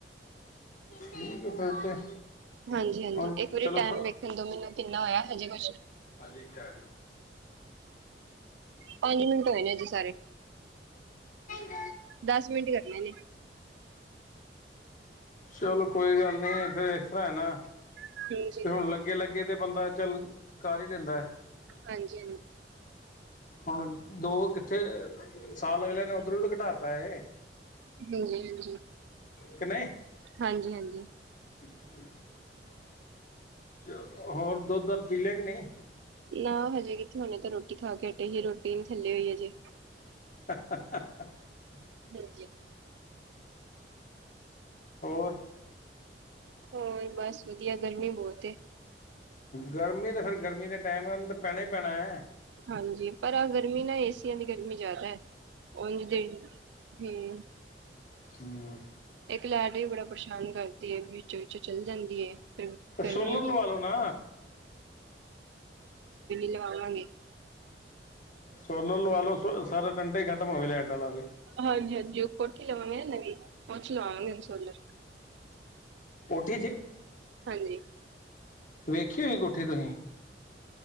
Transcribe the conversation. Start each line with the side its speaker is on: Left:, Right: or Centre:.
Left: ਠੀਕ ਹੈ ਫਿਰ ਤੇ
Right: ਹਾਂਜੀ-ਹਾਂਜੀ
Left: ਹੁਣ
Right: ਇੱਕ ਵਾਰੀ
Left: ਚਲੋ
Right: ਟੈਮ ਵੇਖਣ ਤੋਂ ਮੈਨੂੰ ਕਿੰਨਾ ਹੋਇਆ ਹਜੇ ਕੁ
Left: ਹਾਂਜੀ ਆ
Right: ਪੰਜ ਮਿੰਟ ਹੋਏ ਨੇ ਜੇ ਸਾਰੇ
Left: <inaudible>
Right: ਦਸ ਮਿੰਟ ਕਰਨੇ ਨੇ।
Left: ਚਲੋ ਕੋਈ ਗੱਲ ਨਹੀਂ ਫਿਰ ਇਸ ਤਰ੍ਹਾਂ ਹੈ ਨਾ
Right: ਹਾਂਜੀ,
Left: ਤੇ ਹੁਣ ਲੱਗੇ ਲੱਗੇ ਤੇ ਬੰਦਾ ਚੱਲ ਕਰ ਹੀ ਲੈਂਦਾ ਹੈ
Right: ਹਾਂਜੀ-ਹਾਂਜੀ,
Left: ਹੁਣ ਦੋ ਕਿੱਥੇ ਸਾਲ ਅਗਲੇ ਦੁੱਧ ਘਟਾਤਾ ਹੈ
Right: ਹਾਂਜੀ-ਹਾਂਜੀ।
Left: ਕਿ ਨਹੀਂ
Right: ਹਾਂਜੀ-ਹਾਂਜੀ।
Left: ਹਮ- ਚ ਹੋਰ ਦੁੱਧ- ਦਦਪੀ ਲਿਆ ਕੇ ਨਹੀਂ
Right: ਨਾ ਹਜੇ ਕਿਥੇ ਹੁਣੇ ਤਾਂ ਰੋਟੀ ਖਾ ਕੇ ਹਟੇ ਹੀ ਰੋਟੀ ਨੀ ਥੱਲੇ ਹੋਈ ਹਜੇ
Left: <inaudible>
Right: <inaudible>
Left: ਹੋਰ-
Right: ਹੋਰ ਬਸ ਵਧੀਆ ਗਰਮੀ ਬਹੁਤ ਐ
Left: ਗਰਮੀ ਤਾਂ ਫੇਰ ਗਰਮੀ ਦੇ ਟਾਈਮ ਉਹ ਨੂੰ ਤਾਂ ਪੈਣਾ ਹੀ ਪੈਣਾ ਹੈ
Right: ਹਾਂਜੀ ਪਰ ਆਹ ਗਰਮੀ ਨਾ ਏਸੀਆਂ ਦੀ ਗਰਮੀ ਜ਼ਿਆਦਾ ਹੈ ਉਹ ਹਮ
Left: ਹਮ-
Right: ਲੈਟ ਵੀ ਬੜਾ ਪਰੇਸ਼ਾਨ ਕਰਦੀ ਹੈਏ ਵਿੱਚ ਵਿਚ ਚੱਲ ਜਾਂਦੀ ਹੈ ਤੇ ਕਈ
Left: ਸੋਲਰ ਲਵਾ ਲੋ ਨਾ
Right: ਲਵਾਵਾਂਗੇ
Left: ਸੋਲਰ ਲਵਾ ਲੋ ਸਾਰਾ ਟੰਟਾ ਹੀ ਖਤਮ ਹੋਵੇ ਲਾਈਟ ਵਾਲਾ ਤੇ
Right: ਹਾਂਜੀ- ਹਾਂਜੀ ਉਹ ਕੋਠੀ ਲਵਾਂਗੇ ਨਵੀ ਪੁਛ ਲਵਾਗੇ ਸੁੱਲ-
Left: ਕੋਠੀ ਚ
Right: ਹਾਂਜੀ
Left: ਵੇਖੀ ਹੋਈ ਕੋਠੀ ਤੁਸੀਂ